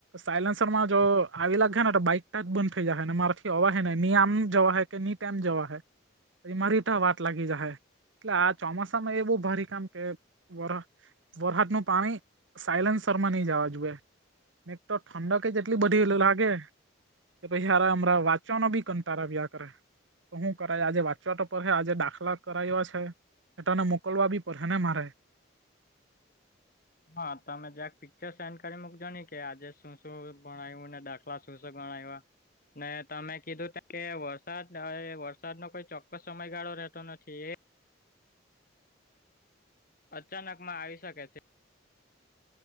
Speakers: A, on the right; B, on the left.
A: સાયલેન્સર માં જો આવી લાગે ને તો બાઈક. ટચ બંધ થઈ જાય હ ને મારાથી અવા હ ને ની આમ જવા હૈ કે ની તેમમ જવા હે. પછી મારીતા વાત લાગી જશે એટલે આ ચોમાસામાં એવું ભરી કામ કે વર. વરહાદનું પાણી સાયલેન્સરમાં ની જવા જોઈએ. તો ઠંડક જ એટલી બધી
B: બરાબર
A: લાગે. કે પછી સારા હમરાં વાંચવાનો ભી કંટારા વ્યા કરે. તો શું કરાય આજે વાચવા ટપર છે આજે દાખલા કરાવ્યા છે. તને મોકલવા બી પરહેને મારે.
B: હા, તમે જ્યાક પિક્ચર સેન્ડ કરી મુકજો ન કે આજે શું શું ભણાવ્યું ને દાખલા શું શું ગણાય્યા. ને તમે કીધું કે વરસાદ થાહે, વરસાદ નો કોઈ ચોક્કસ સમયગાળો રહેતો નથી એ. અચાનકમાં આવી શકે છે.